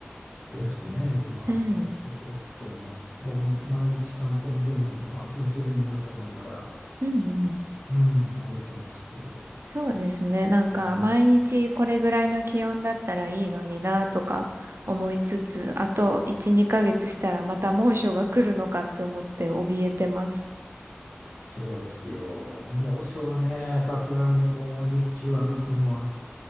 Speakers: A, on the left; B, on the right.
A: ですね、今もちょっともう、
B: はい。
A: 僕も毎日散歩に出るのに、あ、気持ちがいいなと思いながら、
B: うんうん。
A: うん、歩いてます。う
B: そうですね。なんか毎日これぐらいの気温だったらいいのになとか思いつつ、
A: ん、
B: あと1、2ヶ月したらまた猛暑が来るのかって思って怯えてます。
A: そうですよ。猛暑はね、さすがにこう、日中歩くのは